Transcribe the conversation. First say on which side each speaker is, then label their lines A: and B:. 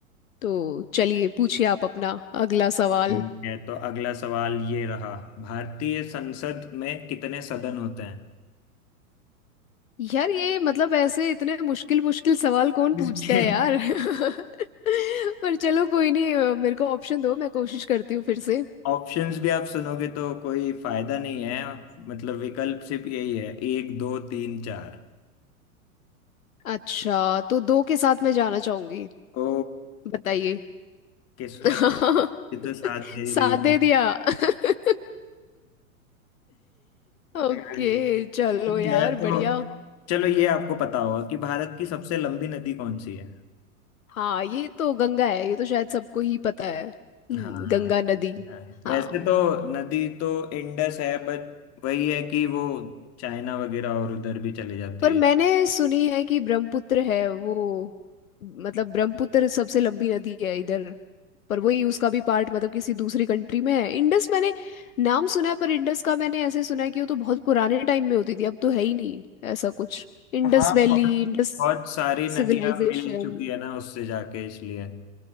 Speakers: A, on the left; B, on the left.
A: तो चलिए पूछिए आप अपना अगला सवाल
B: ठीक है तो अगला सवाल ये रहा भारतीय संसद में कितने सदन होते हैं
A: यार ये मतलब ऐसे इतने मुश्किल मुश्किल सवाल कौन
B: <laughs> इसके
A: पूछता है यार <laughs> पर चलो कोई नहीं अ, मेरे को ऑप्शन दो मैं कोशिश करती हूँ फिर से
B: ऑप्शंस भी आप सुनोगे तो कोई फायदा नहीं है मतलब विकल्प सिर्फ यही है एक दो तीन चार
A: अच्छा तो दो के साथ मैं जाना चाहूंगी
B: ओ
A: बताइए
B: किस्मत
A: <laughs>
B: ये तो साथ दे
A: साथ
B: रही
A: दे दिया <laughs> ओके
B: है <laughs>
A: चलो
B: ठीक
A: यार
B: है तो
A: बढ़िया
B: चलो ये आपको पता होगा कि भारत की सबसे लंबी नदी कौन सी है
A: हाँ ये तो गंगा है ये तो शायद सबको ही पता है हम्म
B: हाँ
A: गंगा नदी
B: हाँ।
A: हाँ
B: वैसे तो नदी तो इंडस है बट वही है कि वो चाइना वगैरह और उधर भी चली जाती
A: पर मैंने
B: है
A: सुनी है कि ब्रह्मपुत्र है वो मतलब ब्रह्मपुत्र सबसे लंबी नदी है इधर पर वही उसका भी पार्ट मतलब किसी दूसरी कंट्री में है इंडस मैंने नाम सुना है पर इंडस का मैंने ऐसे सुना है कि वो तो बहुत पुराने टाइम में होती थी अब तो है ही नहीं ऐसा कुछ Indus
B: हाँ
A: valley
B: बहुत
A: Indus
B: बहुत सारी नदियां
A: civilisation
B: मिल चुकी है ना उससे जाके इसलिए